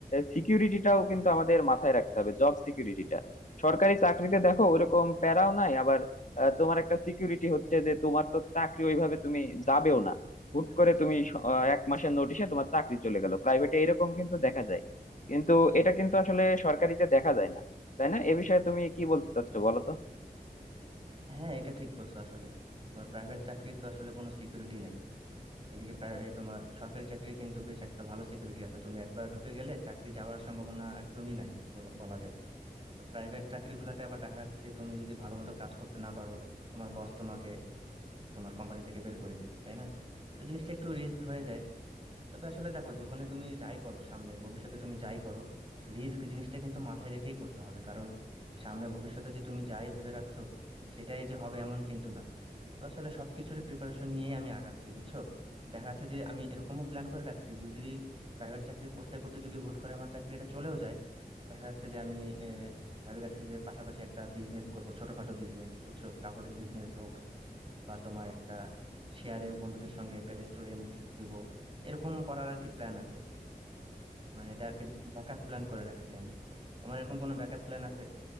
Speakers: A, on the left; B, on the right.
A: সিকিউরিটিটাও কিন্তু আমাদের মাথায় রাখতে হবে জব সিকিউরিটিটা সরকারি চাকরিতে দেখো ওরকম প্যারাও নাই আবার আহ, তোমার একটা সিকিউরিটি হচ্ছে যে তোমার তো চাকরি ওইভাবে তুমি যাবেও না হুট করে তুমি স- আহ, এক মাসের নোটিশে তোমার চাকরি চলে গেল প্রাইভেটে এরকম কিন্তু দেখা যায় কিন্তু এটা কিন্তু আসলে সরকারিতে দেখা যায় না তাই না এ বিষয়ে তুমি কি বলতে চাচ্ছো বলো তো
B: হ্যাঁ এটা ঠিক বলছো আসলে তোমার প্রাইভেট চাকরির তো আসলে কোনো সিকিউরিটি নাই এদিকে প্রায় এই তোমার সরকারি চাকরি কিন্তু বেশ একটা ভালো সিকিউরিটি আছে তুমি একবার ঢুকে গেলে চাকরি যাওয়ার সম্ভাবনা একদমই নাই বলা বলা যায় তো প্রাইভেট চাকরিগুলোতে আবার দেখা যাচ্ছে যে তুমি যদি ভালো মতো কাজ করতে না পারো তোমার বস তোমাকে তোমার কোম্পানি থেকে বের করে দিবে তাই না তো জিনিসটা একটু রিস্ক হয়ে যায় তবে আসলে দেখো জীবনে তুমি যাই করো সামনে ভবিষ্যতে তুমি যাই করো রিস্ক জিনিসটা কিন্তু মাথায় রেখেই করতে হবে কারণ সামনে ভবিষ্যতে যে তুমি যাই ভেবে রাখছো সেটাই যে হবে এমন কিন্তু না তো আসলে সবকিছুরই প্রিপারেশন নিয়েই আমি আগাচ্ছি বুঝছো দেখা যাচ্ছে যে আমি এরকমও প্ল্যান করে রাখছি যদি প্রাইভেট চাকরি করতে করতে যদি হুট করে আমার চাকরিটা চলেও যায় দেখা যাচ্ছে যে আমি আহ, ভাবি রাখছি যে পাশাপাশি একটা বিজনেস করব ছোটখাটো বিজনেস বুঝছো কাপড়ের বিজনেস হোক বা তোমার একটা শেয়ারে বন্ধুদের সঙ্গে একটা রেস্টুরেন্ট দিব এরকম করার আর কি প্ল্যান আছে মানে এটা একটা ব্যাকআপ প্ল্যান করে রাখছি আমি তোমার এরকম কোনো ব্যাকআপ প্ল্যান আছে